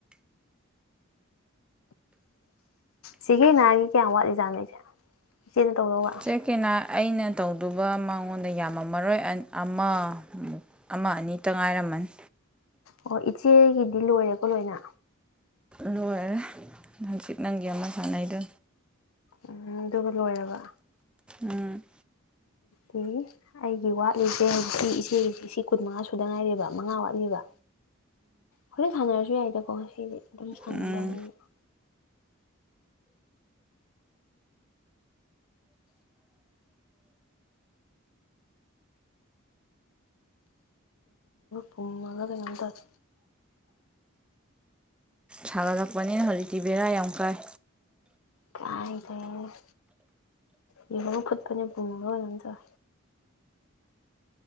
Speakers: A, on the left; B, in the centre.
A: ꯁꯤꯒꯤ ꯅꯥꯒꯤꯦ ꯀꯌꯥꯌꯥꯝ ꯋꯥꯠꯂꯤꯖꯥꯠꯅꯤꯁꯦ ꯆꯦꯅ ꯇꯧꯧꯕ
B: ꯆꯦ ꯀꯦꯅꯥ ꯑꯩꯅ ꯇꯧꯗꯕ ꯃꯉꯣꯟꯗ ꯌꯥꯝꯃꯃꯔꯣꯏ ꯑꯃ ꯑꯃ ꯑꯅꯤꯇ ꯉꯥꯏꯔꯝꯃꯅꯤ
A: ꯑꯣ ꯏꯆꯦꯒꯤꯗꯤ ꯂꯣꯏꯔꯦꯀꯣ ꯂꯣꯏꯅ
B: ꯂꯣꯏꯔꯦ ꯅꯪꯆꯤꯠ ꯅꯪꯒꯤ ꯑꯃ ꯁꯥꯟꯅꯩꯗ
A: ꯎꯝ ꯑꯗꯨꯒꯕꯨ ꯂꯣꯏꯔꯕ
B: ꯎꯝ
A: ꯑꯗꯨꯗꯤ ꯑꯩꯒꯤ ꯋꯥꯠꯂꯤꯁꯦ ꯍꯧꯖꯤꯛꯀꯤ ꯏꯆꯦꯒꯤꯁꯦ ꯁꯤ ꯀꯨꯟꯃꯉꯥ ꯁꯨꯗ ꯉꯥꯏꯔꯦꯕ ꯃꯉꯥ ꯋꯥꯠꯂꯤꯕ ꯍꯣꯔ ꯁꯥꯟꯅꯔꯁꯤ ꯑꯗꯨ ꯌꯥꯏꯗꯀꯣ ꯉꯁꯤꯗꯤ ꯑꯗꯨꯝ ꯁꯥꯟꯅꯗꯕꯅꯤ
B: ꯎꯝ
A: ꯑ ꯀꯃꯒ ꯀꯅꯗ <unintelligible>
B: ꯊꯥꯒ ꯂꯛꯄꯅꯤꯅ ꯍꯧꯖꯤꯛꯇꯤ ꯕꯦꯔꯥ ꯌꯥꯝꯎ ꯀꯥꯏ
A: ꯀꯥꯏꯗꯩ ꯌꯦꯔꯨꯝ ꯐꯨꯠꯄꯅꯦ ꯄꯨꯝꯕꯔ ꯀꯩꯅꯣꯝ ꯇꯧꯏ